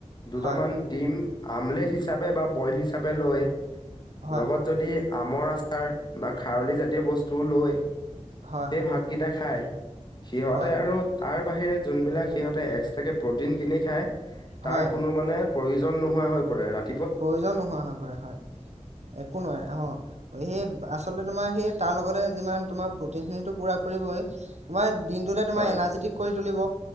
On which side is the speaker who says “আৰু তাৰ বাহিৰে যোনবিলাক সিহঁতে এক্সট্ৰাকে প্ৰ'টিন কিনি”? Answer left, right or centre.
Left